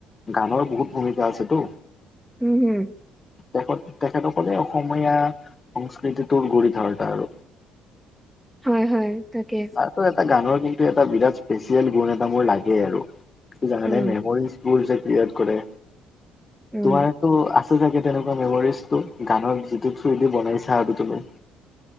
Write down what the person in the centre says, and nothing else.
উম হম
হয়, হয়, তাকে।
উম,
উম,